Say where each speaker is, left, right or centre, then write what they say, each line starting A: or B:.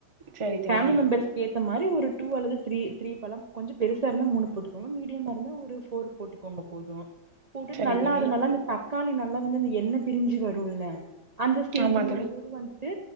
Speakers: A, on the right; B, on the right.
A: சரி தோழி
B: ஃபேமிலி மெம்பெர்ஸ் க்கு ஏத்த மாரி ஒரு டூ அல்லது த்ரீ த்ரீ பழம் கொஞ்ச பெருசா இருந்தா மூணு போட்டுக்கோங்க மீடியமா இருந்தா ஒரு ஃபோர் போட்டுக்கோங்க போது போட்டுட்
A: சரி
B: நல்லா
A: தோழி
B: அது நல்லா அந்த தக்காளி நல்லா வந்து அந்த எண்ணப் பிரிஞ்சு வருல்ல அந்த ஸ்டேஜிங்கும்
A: ஆமா தோழி
B: போது வந்துட்டு